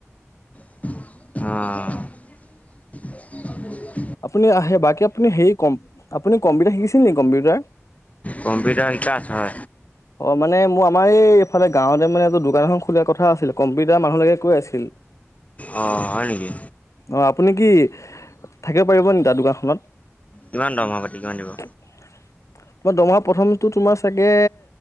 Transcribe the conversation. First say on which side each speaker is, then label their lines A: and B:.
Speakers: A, on the left (about 30°); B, on the left (about 85°).
A: অ।
B: আপুনি আহে বাকী আপুনি হেৰি কম আপুনি কম্পিউটাৰ শিকিছিল নেকি কম্পিউটাৰ।
A: কম্পিউটাৰ শিকা আছে অ।
B: অ মানে মোৰ আমাৰ এইফালে গাঁৱতে মানে এইটো দোকান এখন খোলাৰ কথা আছিলে। কম্পিউটাৰ মানুহ লাগে কৈ আছিল।
A: অঁ হয় নেকি
B: অ আপুনি কি থাকিব পাৰিব নিকি তাৰ দোকানখনত।
A: কিমান দৰমহাপাতি কিমান দিব।
B: তোমাৰ দমহা প্ৰথমতো তোমাৰ চাগে